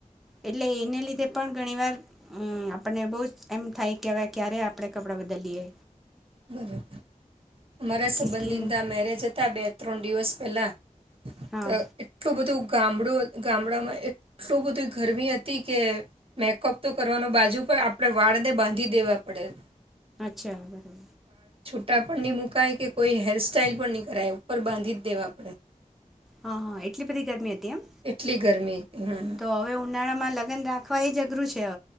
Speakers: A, in the centre; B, on the right.
A: એટલે એને લીધે પણ ઘણીવાર. હમ આપને બહુ જ એમ થાય કે હવે ક્યારે આપડણે કપડા બદલીએ.
B: બરોબર. અમારા
A: આખી
B: સંબંધીંદા
A: સ્કીન
B: મેરેજ હતા બે. ત્રણ દિવસ પહેલાં.
A: હા
B: તો એટલું બધું. ગામડું ગામડામાં એટલું બધું ગરમી હતી કે મેકઅપ તો કરવાનો બાજુ પણ આપણે વાળને બાંધી દેવા પડેલ.
A: અચ્છા બરાબર.
B: છુટાપણ ન મુકાય કે કોઈ હેરસ્ટાઈલ પણ નહીં કરાય ઉપર બાંધી જ દેવા પડે.
A: હા હા એટલી બધી ગરમી હ એમ
B: એટલી ગરમી હમ
A: તો હવે ઉનાળામાં લગ્ન રાખવા એ જ અઘરું છ